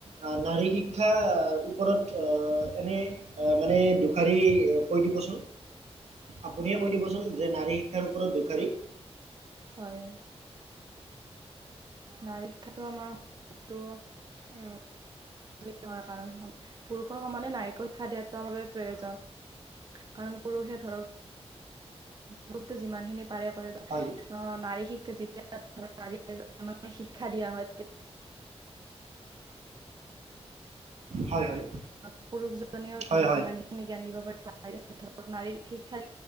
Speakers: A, on the right; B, on the right.
A: আহ, নাৰী শিক্ষা ওপৰত অ, এনে মানে দুখাৰী কৈ দিবচোন। আপুনিয়ে কৈ দিবচোন যে নাৰী শিক্ষাৰ ওপৰত দোষাৰী।
B: হয়। নাৰিক্ষটো আমাৰ টো আহ। কাৰণ পুৰুষৰ সমানে নাৰীক শিক্ষা দিয়াটো বাবে প্ৰয়োজন। কাৰণ পুৰুষে ধৰক ধৰকতো যিমানখিনি পাৰে কৰে
A: হয়
B: আহ নাৰী শিক্ষা যেতিয়া নাৰ মে শিক্ষা দিয়া হয়।
A: হয় হয়
B: ন পুৰুষজনেও
A: হয়
B: ধৰক
A: হয়
B: যিমান খিনি জ্ঞান দিব পাৰিব নাৰী খ খেল।